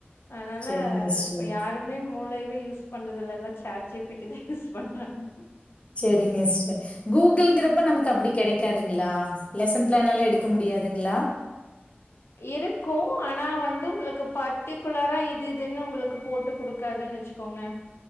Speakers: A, on the left (about 85°); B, on the left (about 30°).
A: அதுனால
B: சேரிங்க சிஸ்டர்
A: இப்போ யாரு மே மூளைவே யூஸ் பண்றது இல்லல்ல சாட் ஜி பி ட்டி தா யூஸ் பண்றாங்க
B: சரிங்க சிஸ்டர் கூகுள்ங்கிறப்ப நமக்கு அப்டி கெடைக்காது <unintelligible> லெசன் பிளான் எல்லா எடுக்க முடியாதுங்களா
A: இருக்கு ஆனா வந்து உங்களுக்கு பர்ட்டிகுலரா இது இதுன்னு உங்களுக்கு போட்டு குடுக்க இருக்கது வச்சுக்கோங்க